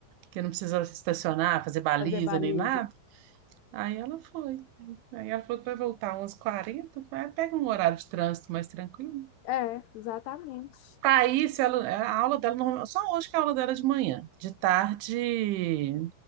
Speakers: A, on the right; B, on the left.
A: que não precisa estacionar, fazer baliza
B: fazer baliza.
A: nem nada. Aí ela foi. Aí ela falou que vai voltar umas 40. vai pega um horário de trânsito mais tranquilo.
B: É, exatamente.
A: Para isso, ela, a aula dela, normal- só hoje que é a aula dela é de manhã. De tarde.